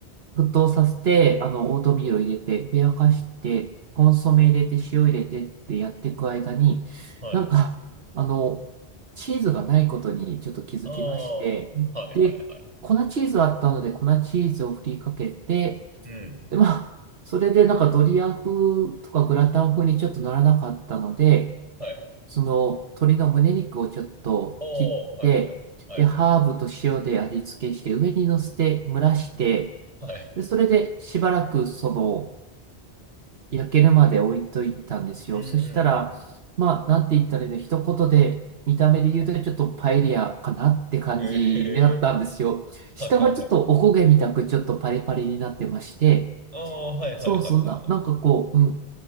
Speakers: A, on the right; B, on the right.
A: 沸騰させて、あの、オートミールを入れて、ふやかして、コンソメ入れて、塩入れてってやっていく間に、
B: はい。
A: なんか、あの、チーズがないことにちょっと気づきまして、
B: ああ、はいはいはい。
A: で、粉チーズあったので、粉チーズを振りかけて、
B: うん。
A: で、まあ、それでなんかドリア風とかグラタン風にちょっとならなかったので、
B: はい。
A: その鶏の胸肉をちょっと切って、
B: ああ、はいはいはい。
A: で、ハーブと塩で味付けして、上に乗せて蒸らして、
B: はい。
A: で、それでしばらくその焼けるまで置いといたんですよ。
B: うんうんうん。
A: そしたら、まあ、なんて言ったらいいの、一言で見た目で言うとちょっとパエリアかなって感じになったんですよ。
B: ええ
A: 下はちょっとお焦げみたくちょっとパリパリになってまして、
B: ー、はいはいはい。ああ、はいはいはいはい。
A: そうそうな、なんかこう、うん